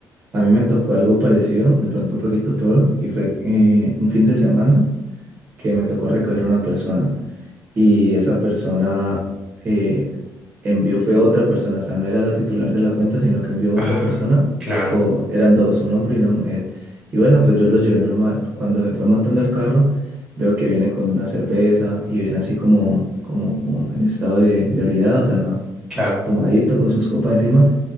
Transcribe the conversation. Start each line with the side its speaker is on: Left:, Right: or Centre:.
Right: a mí me tocó algo parecido, de pronto un poquito peor, y fue eh, un fin de semana que me tocó recoger a una persona. y esa persona eh, envió, fue otra persona, o sea, no era la titular de la cuenta, sino que envió otra
Centre: Ah,
Right: persona,
Centre: claro,
Right: con, eran dos, un hombre y una mujer. Y bueno, pues yo los llevé normal. Cuando se fue montando el carro, veo que viene con una cerveza y viene así como, como en estado de, de ebriedad, o sea,
Centre: claro.
Right: tomadito con sus copas encima.